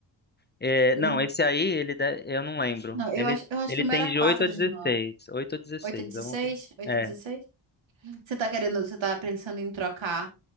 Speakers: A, on the left; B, on the right.
A: É,
B: Não,
A: não, esse aí, ele de- eu não lembro.
B: não, eu
A: Ele,
B: acho, eu acho
A: ele
B: que o
A: tem
B: meu era
A: de
B: 4
A: 8 a 16.
B: de RAM.
A: 8 a 16.
B: oito é 16?
A: alguma coisa.
B: 8
A: É.
B: é 16? Você tá querendo, você tá pensando em trocar